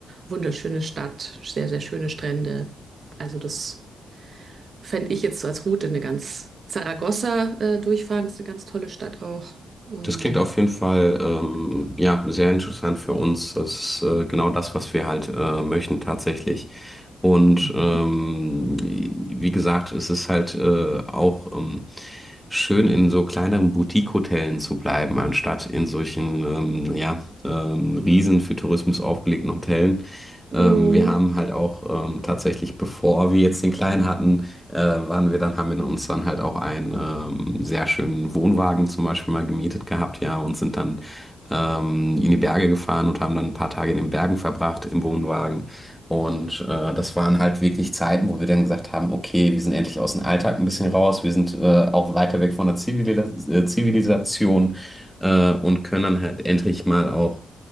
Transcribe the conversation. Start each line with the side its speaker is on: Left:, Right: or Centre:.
Right: wunderschöne Stadt, sehr, sehr schöne Strände. Also das fände ich jetzt so als Route eine ganz Zaragoza äh, durchfahren, ist eine ganz tolle Stadt auch. Ähm,
Centre: Das klingt auf jeden Fall ähm,
Right: genau.
Centre: ja sehr interessant für uns. Das ist äh, genau das, was wir halt äh, möchten tatsächlich. Und
Right: Mhm.
Centre: ähm, wie gesagt, es ist halt äh, auch ähm, schön, in so kleineren Boutique-Hotellen zu bleiben, anstatt in solchen ähm, ja ähm, riesen für Tourismus aufgelegten Hotellen.
Right: Mhm.
Centre: Ähm, wir haben halt auch ähm, tatsächlich, bevor wir jetzt den Kleinen hatten, äh, waren wir dann, haben wir uns dann halt auch einen ähm, sehr schönen Wohnwagen zum Beispiel mal gemietet gehabt, ja, und sind dann ähm, in die Berge gefahren und haben dann ein paar Tage in den Bergen verbracht im Wohnwagen. Und äh, das waren halt wirklich Zeiten, wo wir dann gesagt haben, okay, wir sind endlich aus dem Alltag ein bisschen raus, wir sind äh, auch weiter weg von der Zivilis äh, Zivilisation äh, und können dann halt endlich mal auch